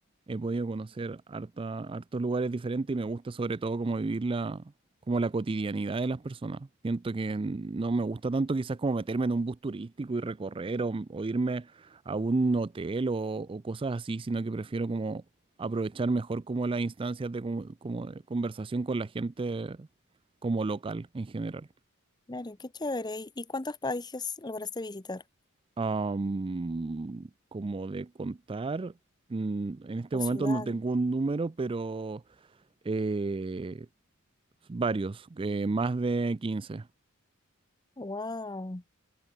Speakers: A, on the right; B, on the left.
A: he podido conocer harta, hartos lugares diferentes y me gusta sobre todo como vivir la, como la cotidianidad de las personas. Siento que no me gusta tanto quizás como meterme en un bus turístico y recorrer o, o irme a un hotel o, o cosas así, sino que prefiero como aprovechar mejor como las instancias de, como como de conversación con la gente como local en general.
B: Claro, qué chévere. ¿Y y cuántos países lograste visitar?
A: Am, como de contar, mm, en este
B: ¿O
A: momento
B: ciudad?
A: no tengo un número, pero eh, varios, eh, más de quince
B: Wow,